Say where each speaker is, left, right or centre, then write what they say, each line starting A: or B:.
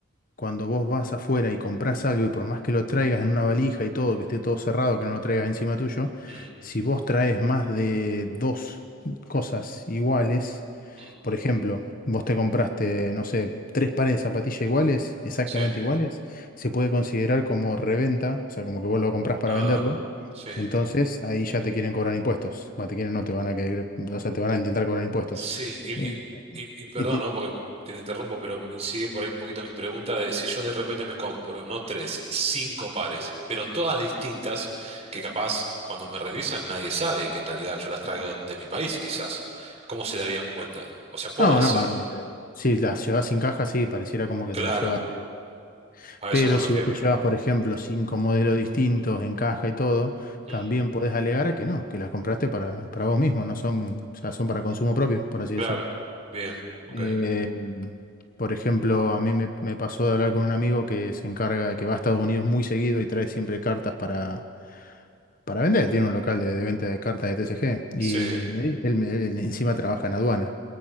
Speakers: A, on the left (about 40°); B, on the right (about 30°).
A: cuando vos vas afuera y comprás algo y por más que lo traigas en una valija y todo, que esté todo cerrado, que no lo traigas encima tuyo,
B: Mm,
A: si vos traes más de dos cosas iguales,
B: mm,
A: por ejemplo, vos te compraste, no sé, tres pares de zapatillas iguales, exactamente
B: sí,
A: iguales, se puede considerar como reventa, o sea, como que vos lo comprás para
B: ah,
A: venderlo.
B: sí.
A: Entonces ahí ya te quieren cobrar impuestos. Va, te quieren, no te van a querer, o sea, te van a intentar cobrar impuestos.
B: Sí, y,
A: Eh,
B: y, y- y perdón,
A: este,
B: ¿no? Porque te interrumpo, pero sigue por ahí un poquito mi pregunta de si yo de repente me compro, no tres, cinco pares, pero todas distintas, que capaz cuando me revisan nadie sabe que en realidad yo las traigo de mi país, quizás. ¿Cómo se darían cuenta? O sea, puedo
A: No,
B: hacerlo.
A: no, a ver, si las llevas sin caja, sí, pareciera como que
B: Claro,
A: te las llevaste.
B: a
A: Pero
B: eso me refiero.
A: si vos te llevas, por ejemplo, cinco modelos distintos en caja y todo, también
B: Mm,
A: podés alegar a que no, que las compraste para, para vos mismo, no son, o sea, son para consumo propio, por así
B: claro,
A: decirlo.
B: bien, ok.
A: Eh, por ejemplo, a mí me, me pasó de hablar con un amigo que se encarga, que va a Estados Unidos muy seguido y trae siempre cartas para, para vender, tiene un local de, de venta de cartas de TCG y
B: Sí,
A: me di- él, me- él encima trabaja en aduana,